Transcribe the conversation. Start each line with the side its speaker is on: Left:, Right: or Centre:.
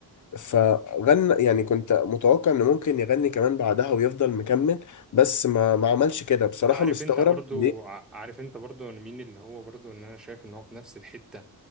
Left: فغنى يعني كنت متوقع انه ممكن يغني كمان بعدها ويفضل مكمل بس ما ما عملش كده بصراحة
Centre: عارف
Left: مستغرب
Centre: انت برضو
Left: ليه
Centre: ع- عارف انت برضو مين اللي هو برضو ان انا شايف ان هو في نفس الحتة